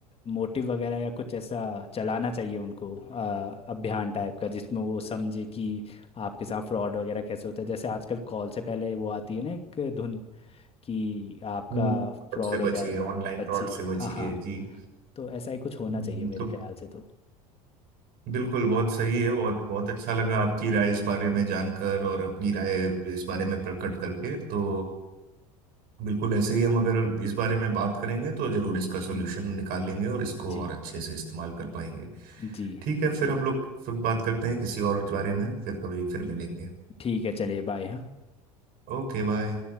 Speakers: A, on the left; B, on the right.
A: मोटिव वगैरह या कुछ ऐसा चलाना चाहिए उनको अ, अभियान टाइप का जिसमें वो समझे कि आपके साथ फ्रॉड वगैरह कैसे होता है जैसे आजकल कॉल से पहले वो आती है ना एक धुन कि आपका
B: फ्रॉड
A: हाँ फ्रॉड
B: से बचिए
A: हो जाएगा
B: ऑनलाइन
A: बच्चे
B: फ्रॉड से बचिए
A: हाँ हाँ
B: जी
A: तो ऐसा ही कुछ होना
B: हम्म,
A: चाहिए मेरे
B: तो
A: ख्याल से तो
B: बिल्कुल बहुत सही है और बहुत अच्छा लगा आपकी राय इस बारे में जानकर और अपनी राय इस बारे में प्रकट करके तो बिल्कुल ऐसे ही हम अगर इस बारे में बात करेंगे तो जरूर इसका सॉल्यूशन निकाल लेंगे और इसको
A: जी
B: और अच्छे से इस्तेमाल कर पाएंगे
A: जी
B: ठीक है फिर हम लोग फिर बात करते हैं किसी और बारे में फिर कभी फिर मिलेंगे
A: ठीक है चलिए बाय हाँ
B: Okay bye